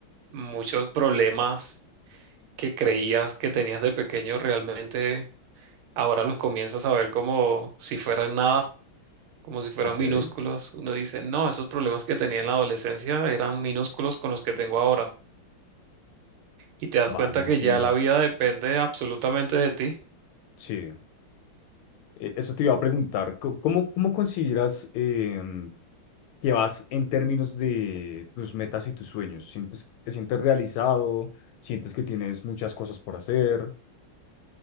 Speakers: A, on the right; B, on the left.
A: muchos problemas que creías que tenías de pequeño realmente ahora los comienzas a ver como si fueran nada, como si fueran
B: ok,
A: minúsculos. Uno dice, no, esos problemas que tenía en la adolescencia eran minúsculos con los que tengo ahora. Y te das
B: vale,
A: cuenta
B: entiendo.
A: que ya la vida depende absolutamente de ti.
B: Sí. E- Eso te iba a preguntar. Co- ¿Cómo, cómo consideras em, que vas en términos de tus metas y tus sueños? ¿Sientes, te sientes realizado? ¿Sientes que tienes muchas cosas por hacer?